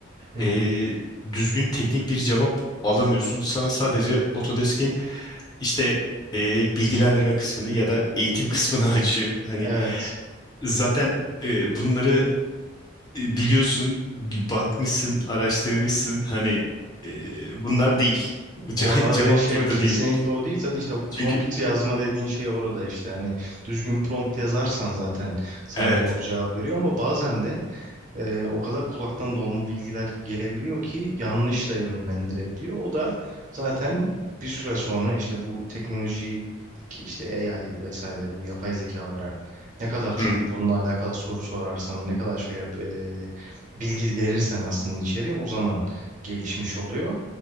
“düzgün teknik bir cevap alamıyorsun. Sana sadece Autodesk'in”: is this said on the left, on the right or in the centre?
Left